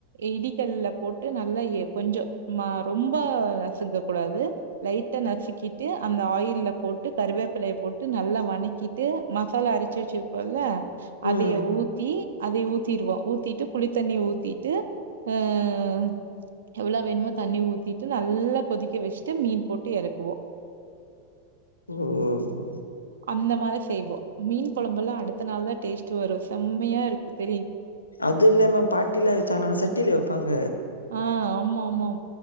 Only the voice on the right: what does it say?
இடிகல்ல போட்டு நல்லா எ கொஞ்சோ ரொம்ப நசுக்க கூடாது. லைட்டா நசுக்கிட்டு அந்த ஆயில போட்டு. ட்டு கருவேப்பிலைய போட்டு நல்லா வணக்கிட்டு மசாலா அரைச்சு வச்சிருக்கோம்ல.
அதைய ஊத்தி. அதையு ஊத்திருவோ ஊத்திட்டு புளித்தண்ணி ஊத்திட்டு அஹ எவ்வளோ வேணுமோ தண்ணி ஊத்திட்டு நல்லா கொதிக்க வச்சுட்டு மீன் போட்டு எறக்குவோ.
அந்த மாரி செய்வோ மீன் கொழம்பெல்லா அடுத்த நாள்தா டேஸ்ட் வரு செம்மையா இருக்குது.
ஆஹ ஆமா ஆமா.